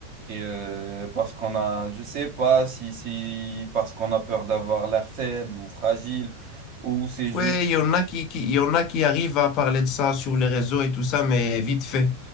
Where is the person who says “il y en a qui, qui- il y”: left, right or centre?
Left